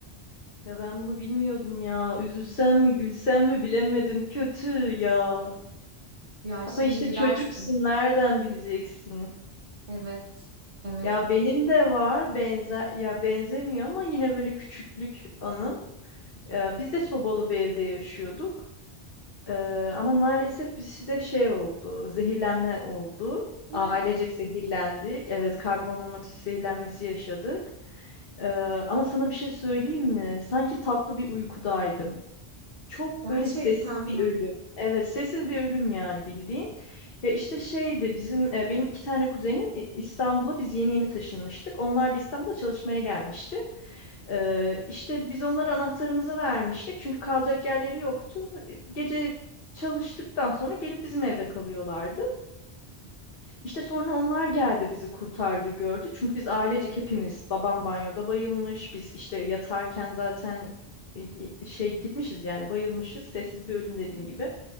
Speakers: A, on the left; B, on the right.
A: Ya ben bunu bilmiyordum ya. Üzülsem mi gülsem mi bilemedim. Kötü ya.
B: Ya
A: Ama
B: şimdi
A: işte
B: gülersin.
A: çocuksun nereden bileceksin?
B: Evet, evet.
A: Ya benim de
B: Öyle.
A: var benzer ya benzemiyor ama yine böyle küçüklük anım. Ee, biz de sobalı bir evde yaşıyorduk. Ee, ama maalesef bizde şey oldu, zehirlenme oldu.
B: <gasps>
A: Ailecek zehirlendik. Evet, karbon monoksit zehirlenmesi yaşadık. Ee, ama sana bir şey söyleyeyim mi? Sanki tatlı bir uykudaydım. Çok
B: Gerçekten
A: böyle sessiz
B: mi?
A: bir ölüm. Evet, sessiz bir ölüm yani bildiğin. Ya işte şeydi bizim e, benim iki tane kuzenim İ- İstanbul'a biz yeni yeni taşınmıştık. Onlar da İstanbul'a çalışmaya gelmişti. Ee, işte biz onlara anahtarımızı vermiştik çünkü kalacak yerleri yoktu. E, Gece çalıştıktan sonra gelip bizim evde kalıyorlardı. İşte sonra onlar geldi bizi kurtardı gördü. Çünkü biz ailecek hepimiz babam banyoda bayılmış. Biz işte yatarken zaten e, e, şey gitmişiz yani bayılmışız. Sessiz bir ölüm dediğim gibi.